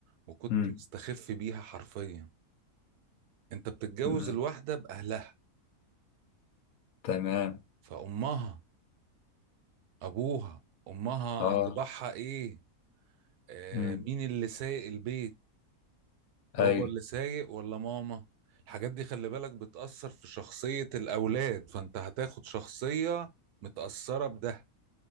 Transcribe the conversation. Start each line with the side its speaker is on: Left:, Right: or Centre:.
Right: وكنت
Left: مم.
Right: مستخف بيها حرفيا أنت بتتجوز
Left: مم.
Right: الواحدة بأهلها
Left: تمام
Right: فأمها ابوها امها
Left: آه
Right: طباعها ايه آه
Left: مم.
Right: مين اللي سايق البيت بابا
Left: أي
Right: اللي سايق ولا ماما الحاجات دي خلي بالك بتأثر في شخصية الأولاد فأنت هتاخد شخصية متأثرة بده